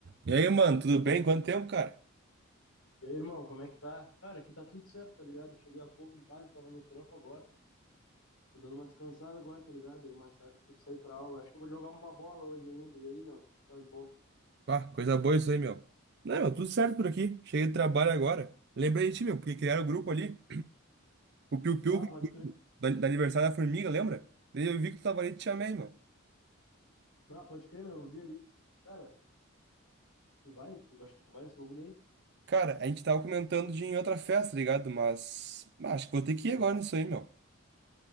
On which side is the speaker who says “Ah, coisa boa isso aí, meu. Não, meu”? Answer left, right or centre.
Right